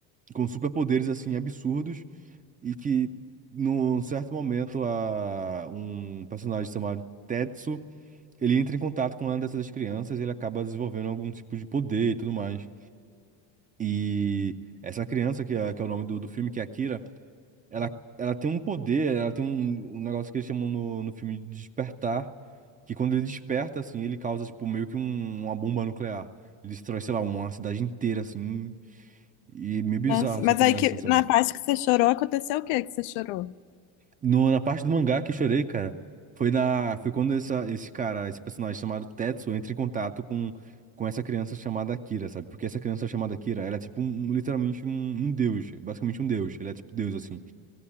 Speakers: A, on the right; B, on the left.
A: com superpoderes, assim, absurdos. E que, num certo momento, a, um personagem chamado Tetsu, ele entra em contato com uma dessas crianças e ele acaba desenvolvendo algum tipo de poder e tudo mais. E essa criança, que é, que é o nome do, do filme, que é Akira Ela, ela tem um poder, ela tem um, um negócio que eles chamam no, no filme de despertar, que quando ele desperta, assim, ele causa, tipo, meio que um- uma bomba nuclear. Ele destrói, sei lá, uma cidade inteira, assim, e é meio bizarro
B: Nossa,
A: essa
B: mas
A: criança,
B: aí que
A: sabe?
B: na parte que você chorou, aconteceu o quê que você chorou?
A: No, na parte do mangá que eu chorei, cara, foi na, foi quando essa, esse cara, esse personagem chamado Tetsuo entra em contato com, com essa criança chamada Kira, sabe? Porque essa criança chamada Kira, ela é, tipo, um- literalmente um, um deus, basicamente um deus. Ele é, tipo, deus, assim.